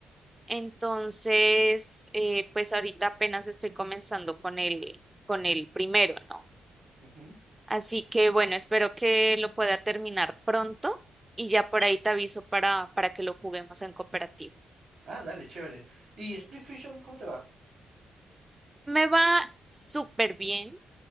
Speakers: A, on the right (about 15°); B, on the right (about 80°).
A: Entonces, eh, pues ahorita apenas estoy comenzando con el, con el primero, ¿no?
B: Ujú.
A: Así que bueno, espero que lo pueda terminar pronto y ya por ahí te aviso para, para que lo juguemos en cooperativo.
B: Ah, dale, chévere. ¿Y Split Fiction, cómo te va?
A: Me va súper bien.